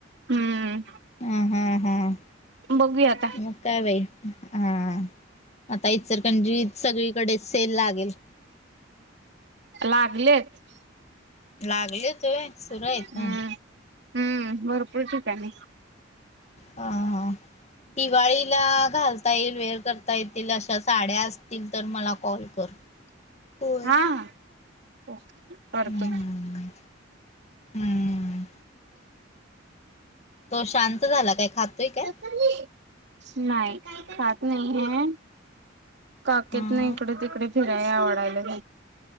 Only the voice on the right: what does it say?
हम्म
बघूयात
लागलेत
हम्म
हम्म भरपूर ठिकाणी.
हा हा ओके परत
नाही खात नाही ह काकेत
नाही इकडे तिकडे फिराय आवडायला